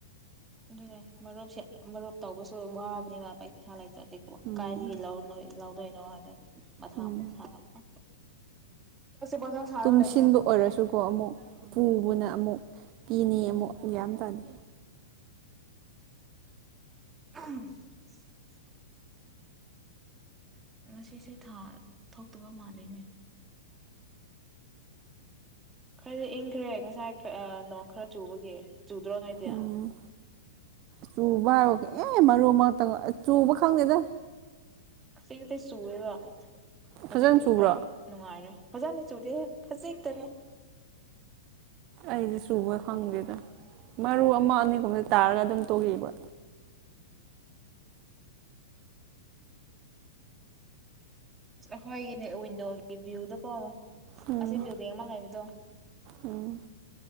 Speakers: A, on the right; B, on the right.
A: ꯑꯗꯨꯅꯦ ꯃꯔꯨꯞꯁꯦ ꯃꯔꯨꯞꯞ ꯇꯧꯕꯁꯨ ꯋꯥꯕꯅꯤ ꯋꯥꯕ ꯏ
B: ꯎꯝ
A: ꯀꯥꯏꯗꯒꯤ ꯂꯧꯅ ꯂꯧꯗꯣꯏꯅꯣ ꯃꯊꯥ
B: ꯎꯝ
A: ꯑꯃꯨꯛ ꯁꯥꯔꯛꯄ ꯃꯊꯥ ꯁꯥꯔꯒ
B: ꯇꯨꯡꯁꯤꯟꯕ
A: ꯂꯩꯕꯅꯦ ꯑꯗꯨꯒꯤ
B: ꯑꯣꯏꯔꯁꯨꯀꯣ ꯑꯃꯨꯛ
A: ꯎꯝ
B: ꯄꯨꯕꯅꯦ ꯑꯃꯨꯛ ꯄꯤꯅꯤ ꯑꯃꯨꯛ ꯌꯥꯝꯒ꯭ꯌꯥ ꯇꯥꯅꯤ
A: <inaudible> ꯉꯁꯤꯁꯦ ꯊꯥ ꯊꯣꯛꯇꯕ ꯃꯥꯜꯂꯦꯅꯦ ꯈꯔꯗꯤ ꯏꯪꯈ꯭ꯔꯦ ꯉꯁꯥꯏ ꯅꯣꯡ ꯈꯔ ꯆꯨꯕꯒꯤ ꯆ ꯎꯗ꯭ꯔꯣ ꯉꯗꯌꯥ
B: ꯎꯝ ꯆꯨꯕ ꯍꯥꯏꯔ ꯑꯦ ꯃꯔꯨ ꯑꯃꯛꯇꯪ ꯆꯨꯕ ꯈꯪꯗꯦꯗ
A: ꯑꯁꯤꯗꯤ ꯆꯨꯋꯦꯕ ꯑꯗꯨ
B: ꯐꯖꯅ ꯆꯨꯕ꯭ꯔꯣ
A: ꯈꯔ ꯅꯨꯡꯉꯥꯏꯔꯦ ꯐꯖꯅ ꯆꯨꯗꯦ ꯐꯖꯩꯇꯅꯦ
B: ꯑꯩꯗꯤ ꯆꯨꯕ ꯈꯪꯗꯦꯗ ꯃꯔꯨ ꯑꯃ ꯑꯅꯤꯒꯨꯝꯕꯗ ꯇꯥꯔꯒ ꯑꯗꯨꯝ ꯇꯣꯛꯑꯦꯕ
A: ꯑꯩꯈꯣꯏꯒꯤꯅꯦ ꯋꯤꯟꯗꯣꯒꯤ ꯚꯤꯌꯨꯗ ꯀꯣ
B: ꯎꯝ
A: ꯑꯁꯤ ꯕꯤꯜꯗꯤꯡ ꯑꯃ ꯂꯩꯕꯗꯣ
B: ꯎꯝ